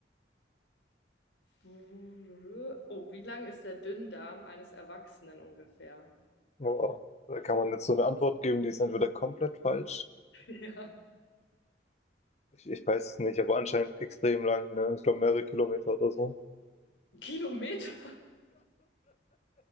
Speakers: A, on the left; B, on the left.
A: wo- Oh, wie lang ist der Dünndarm eines Erwachsenen ungefähr?
B: Boah, da kann man jetzt so eine Antwort geben, die ist entweder komplett falsch.
A: <laughs> Ja.
B: Ich, ich weiß es nicht, aber anscheinend extrem lang, ne? Ich glaube mehrere Kilometer oder so.
A: Kilometer?